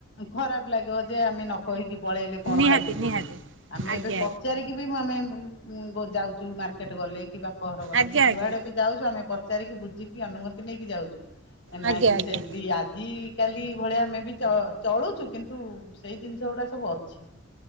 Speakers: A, on the left; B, on the right.
A: ଖରାପ୍ ଲାଗିବ ଯେ ଆମେ ନ କହିକି ପଳେଇଲେ କଣ
B: ନିହାତି
A: ଭାବିବେ
B: ନିହାତି
A: ବୋଲି ଆମେ
B: ଆଜ୍ଞା
A: ଏବେ ପଚାରି କି ବୁ ଆମେ ଉଁ ବ ଯାଉଚୁ ମାର୍କେଟ୍ ଗଲେ କି ବାପଘର ଗଲେ
B: ଆଜ୍ଞା ଆଜ୍ଞା
A: କି ଯୁଆଡ଼େ
B: ଆଜ୍ଞା
A: ବି ଯାଉଚୁ ଆମେ ପ ଚାରିକି ବୁଝିକି ଅନୁମତି ନେଇକି ଯାଉଛୁ ନାକି
B: ଆଜ୍ଞା ଆଜ୍ଞା
A: ସେମିତି ଆଜି କାଲି ଭଳିଆ ଆମେ ବି ଚ ଚଳୁଚୁ କିନ୍ତୁ ସେଇ ଜିନ୍ଷ ଗୁଡ଼ା ସବୁ ଅଛି।